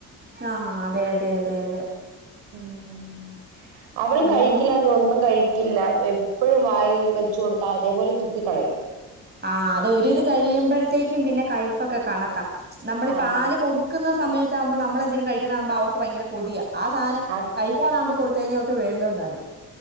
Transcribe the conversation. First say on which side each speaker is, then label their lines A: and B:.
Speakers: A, on the right; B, on the right.
A: ആഹ് അതെ അതെ അതെ അതെ
B: ഉം അവള്
A: പിന്നെ
B: കഴിക്കില്ലനീ ഒന്നും കഴി ക്കില്ല എപ്പൊഴും വായിൽ വെച്ചുകൊടുത്താൽ അതേപോലെ തുപ്പിക്കളയും
A: ആഹ് അതൊരിത് കഴിയുമ്പോഴത്തേക്കും പിന്നെ കഴുപ്പൊക്കെ കണക്കാ നമ്മളിപ്പാല്
B: ആ
A: കൊടു ക്കുന്ന സമയത്താവുമ്പോ നമ്മളെന്തേലും കഴിക്കുന്നാണുമ്പോ അവർക്ക് ഭയര കൊതിയ ആ സാനം
B: ആ
A: കഴി ക്കാനാകുംമ്പോ കൊടുത്ത് കഴിഞ്ഞാ ഒട്ട് വേണ്ടോം താനും